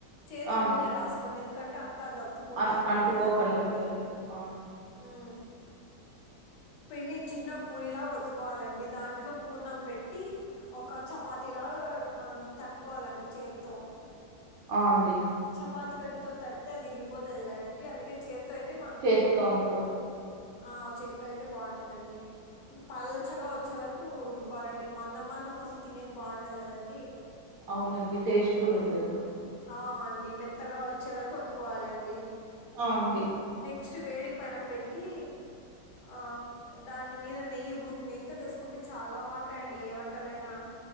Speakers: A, on the left; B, on the right.
A: చేతికి
B: ఆ అండి
A: నూనె రాస్ కోండి ఎందుకంటే, అంతా అది అత్తుకుంటదండి
B: అన్ అంటుకోకుండా
A: మైదా కాబట్టి.
B: ఉంటది ఆ అండి
A: మ్ పిండిని చిన్న పూరిలా ఒత్తుకోవాలండి. దాంట్లో పూర్ణం పెట్టి, ఒక చపాతిలాగా మనం తట్టుకోవాలండి చేత్తో.
B: ఆ అండి
A: చపాతి కట్టితో తట్తే అది ఇరిగిపోతది కదండి, అందుకే చేత్ తొ అయితే మనకు
B: చేత్తో
A: మేలు.
B: అనుకోవచ్చు
A: ఆ చేత్ తొ అయితే బావుంటుందండి. పల్చ్చగా వచ్చే వరకు రుబ్బుకోవాలండి మందం మందం వొస్తే తినేక్ బాండదు కదండి
B: అవునండి టేస్ట్ గూడ
A: ఉమ్.
B: ఉండదు.
A: ఆ అండి మెత్తగా వచ్చే వరకు ఒత్తుకోవాలండి.
B: ఆ అండి
A: నెక్స్ట్ వేడి పెనం పెట్టి ఆ దాని మీద నెయ్యి బుస్ నెయ్యితో చేసుకుంటే చాల బాగుంటయండి ఏ వంటలైనా.